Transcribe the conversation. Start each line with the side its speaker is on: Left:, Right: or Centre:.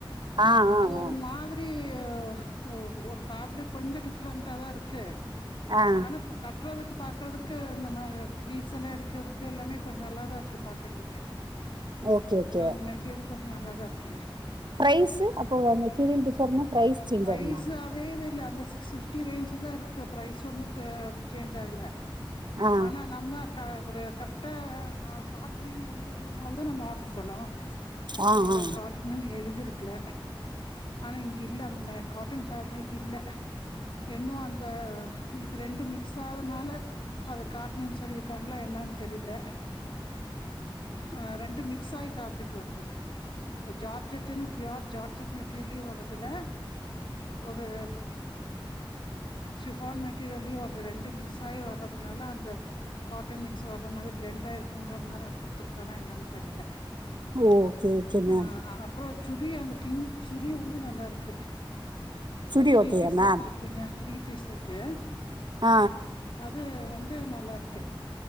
Right: ஆ ஆ
Left: அது ஒரு
Right: ஆ
Left: மாதிரி ஒ ஒரு ஃபாப்ரிக் கொஞ்சோ டிஃப்ரெண்ட்டா தான் இருக்கு
Right: ஆ
Left: ஆனா கட்டுறதுக்கு பாக்குறதுக்கு நம்ம ஃப்ளீட்ஸ் எல்லா எடுக்கறதுக்கு எல்லாமே கொஞ்சோ நல்லாதா இருக்கு பாக்குறதுக்கு
Right: ஓகே ஓகே
Left: நா அந்த மெட்டீரியல் கொஞ்சோ நல்லாதா இருக்கு
Right: பிரைஸ்சு அப்போ மெட்டீரியல் டிபர்னா பிரைஸ் சேஞ்ச்
Left: ப்ரைஸ்
Right: ஆகுமா
Left: அதே இது இல்ல அந்த சிக்ஸ் பிப்டி ரேஞ்ச் தா இருக்கு அப்ரோ பிரைஸ் ஒன்னு இப்ப சேஞ்ச் ஆகல
Right: ஆ
Left: ஆனா நம்ம க கரெக்டா க காட்டன்னன்னு எழுத் திருந்தனால தான் நம்ம ஆர்டர் பண்ணோ
Right: ஆ
Left: அங்க
Right: ஆ
Left: காட்டன் எழுதிருக்குல ஆனா இங்க இல்ல அந்த மேர் காட்டன் ஃபாப்ரிக் இல்ல எண்ணு அந்த இது ரெண்டு மிக்ஸ் ஆவரனால அது காட்டணுன்னு சொல்லியிருக்காங்களா என்னானு தெரில அ ரெண்டு மிக்ஸ் ஆய் ஃபாப்ரிக் வருது அது ஜார்ஜட்டன்னு பியூர் ஜார்ஜட் மெட்டீரியலியு வர்ரது இல்ல ஒரு ஷிஃபான் மெட்டீரியல்லையு அது ரெண்டு மிக்ஸ் ஆய் வர்றதுனால அந்த காட்டன் மிக்ஸ் வர்ற மாரி பிளெண்டா இருக்குங்கனால குடுத்துருக்கானா என்னான்னு தெரில
Right: ஓ ஓகே ஓகே
Left: ஆ
Right: மேம்
Left: அப்றோ சுடி அந்த பிங்க் சுடி வந்து நல்லா இருக்கு
Right: சுடி
Left: அ த்ரீ
Right: ஓகேயா
Left: பீஸ்
Right: மேம்
Left: செட் இருக் மியா த்ரீ பீஸ் செட்டு
Right: ஆ
Left: அது வந்து நல்லா இருக்கு